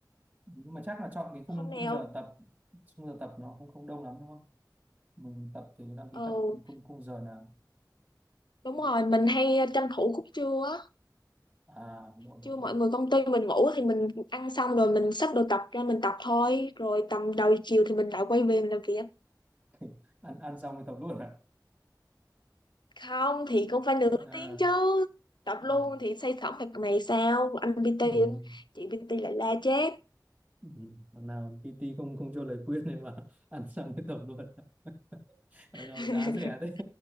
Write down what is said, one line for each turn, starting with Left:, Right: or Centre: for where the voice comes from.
Right: nhưng mà chắc là chọn cái khung
Left: hôm nào
Right: khung giờ tập khung giờ tập nó không không đông lắm đúng không mình tập thì đăng ký
Left: ừ
Right: tập thì khung khung giờ nào
Left: đúng rồi
Right: giờ
Left: mình hay tranh thủ khúc trưa á
Right: à đúng rồi, đúng
Left: Chứ
Right: rồi.
Left: mọi người công ty mình ngủ thì mình ăn xong rồi mình xách đồ tập ra mình tập thôi. Rồi tầm đầu chiều thì mình lại quay về mình làm việc.
Right: <laughs> ăn ăn xong thì tập luôn ạ
Left: Không thì cũng phải
Right: <laughs>
Left: nửa
Right: à,
Left: tiếng chứ. Tập
Right: à,
Left: luôn thì say sẩm mặt mày sao? Anh PT,
Right: ừ.
Left: chị PT lại la chết.
Right: Ừ, Hôm nào PT không không cho lời khuyên này mà <laughs> ăn xong cái tập luôn <laughs> nào
Left: <laughs>
Right: giá rẻ thế